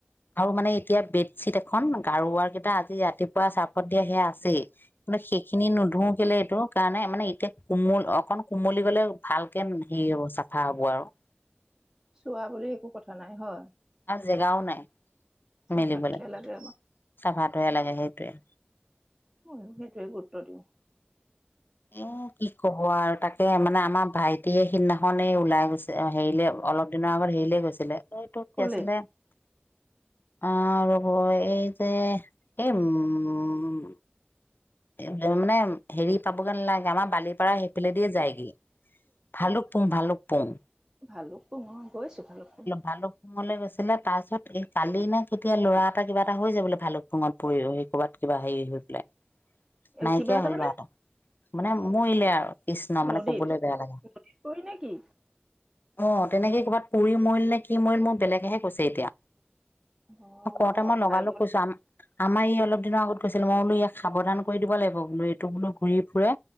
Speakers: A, on the left; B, on the right.
A: আৰু মানে এতিয়া বেডশ্বিট এখন, গাৰুৰ ওৱাৰ কেইটা আজি ৰাতিপুৱা চাৰ্ফত দিয়া সেয়া আছে আছেই, মানে সেইখিনি নোধোও কেলে এইটো কাৰণে মানে এতিয়া কোমল, অকন কোমলি গ'লে ভালকে হেৰি হ'ব, চাফা হ'ব আৰু।
B: চুৱা বুলি একো কথা নাই হয়?
A: আৰু জেগাও নাই
B: চাহপাতোহে
A: মেলিবলৈ,
B: লাগে
A: চাফাটোহে লাগে সেইটোয়ে।
B: মইও সেইটোৱে গুৰুত্ব দিওঁ।
A: মোৰ কি ক'ব আৰু তাকে মানে আমাৰ ভাইটিয়ে সিদিনাখনেই এ, ওলাই গৈছে, হেৰিলে অলপ দিনৰ আগত হেৰিলে গৈছিলে, এইটো কি
B: কলেই
A: আছিলে? অ' ৰ'ব এই যে, এই উম এফালে মানে হেৰি পাবগে নালাগে, আমাৰ বালিপাৰা সেইফালে দিয়ে যায় গে ভালুক পুং, ভালুক পুং।
B: ভালুক পুং, অ' গৈছোঁ ভালুক পুং।
A: ভালুুকপুংলে গৈছিলে, তাৰ পিছত এই কালি নে কেতিয়া ল'ৰা এটা কিবা এটা হৈছে বোলে ভালুক পুঙত পৰি সেই ক'ৰবাত কিবা হেৰি হৈ পেলাই। নাইকিয়া
B: কিবা এটা
A: হ'ল
B: মানে
A: লৰাটো, মানে মৰিলে আৰু। কৃষ্ণ মানে
B: নদীত
A: ক'বলৈ বেয়া লাগে।
B: কৰি নে কি
A: অ', তেনেকেই কৰবাত পুৰি মৰিল নে কি মৰিল, মোক বেলেগেহে কৈছে এতিয়া।
B: অ
A: কওঁতে মই লগা
B: ভাইব
A: লগ কৈছো আ- আমাৰ ই অলপ দিনৰ আগত গৈছিল। মই বোলো ইয়াক সাৱধান কৰি দিব লাগিব বোলো, এইটো বোলো ঘূৰি ফুৰে।